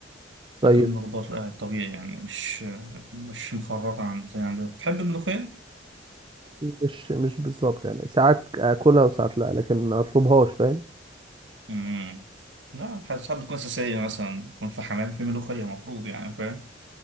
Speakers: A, on the right; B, on the right.
A: طيب
B: أكل خضار آه، طبيعي يعني مش مش مخرطة عن زي عندنا بتحب الملوخية؟
A: مش مش بالظبط يعني ساعات اكلها وساعات لا لكن ما اطلبهاش فاهم
B: مم. لا حاسس ساعات بتكون أساسية مثلا يكون في حمام في ملوخية مفروض يعني فاهم؟